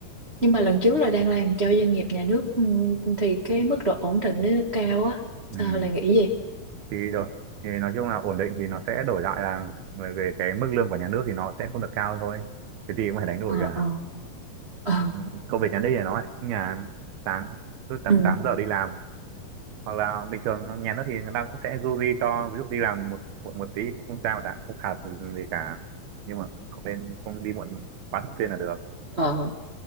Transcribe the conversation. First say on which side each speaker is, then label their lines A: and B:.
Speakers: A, on the right (about 65°); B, on the right (about 85°).
A: nhưng mà lần trước là đang làm cho doanh nghiệp nhà nước ừ, thì cái mức độ ổn định nó cao á.
B: ừ.
A: Sao lại nghĩ gì?
B: thì đổi, thì nói chung là ổn định thì nó sẽ đổi lại là về về cái mức lương của nhà nước thì nó sẽ không được cao thôi cái gì cũng phải đánh đổi
A: Ờ,
B: cả
A: ờ, ờ,
B: Ừ, công việc nhà nước thì nói nhà sáng cứ tầm
A: ừ,
B: 8 giờ đi làm hoặc là bình thường nhà nước thì người ta cũng sẽ du di cho ví dụ đi làm một muộn một tí thì cũng không sao cả cũng không phạt gì cả nhưng mà không nên không đi muộn quá thường xuyên là được
A: ờ.